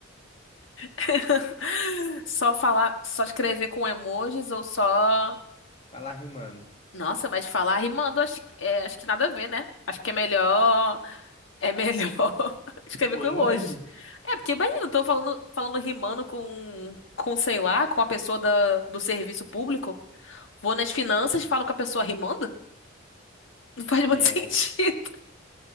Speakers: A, on the left; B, on the left.
A: <laughs> Só falar, só escrever com emojis ou só.
B: Falar rimando.
A: Nossa, mas falar rimando, acho, é, acho que nada a ver, né? Acho que é melhor. É melhor <laughs> escrever
B: O
A: com
B: emoji?
A: emojis. É, porque imagina, eu tô falando, falando rimando com, com, sei lá, com a pessoa da, do serviço público. Vou nas finanças, e falo com a pessoa rimando? Não faz muito
B: É.
A: <laughs> sentido.